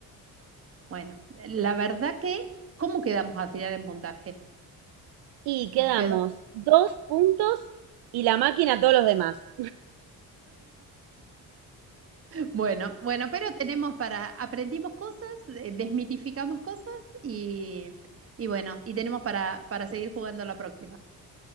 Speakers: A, on the right; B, on the right.
A: bueno, la verdad que, ¿cómo quedamos al final en puntaje?
B: Y
A: Nos
B: quedamos
A: quedó.
B: dos puntos y la máquina a todos los demás.
A: Bueno, bueno, pero tenemos para, aprendimos cosas, eh, desmitificamos cosas y, y bueno, y tenemos para, para seguir jugando la próxima.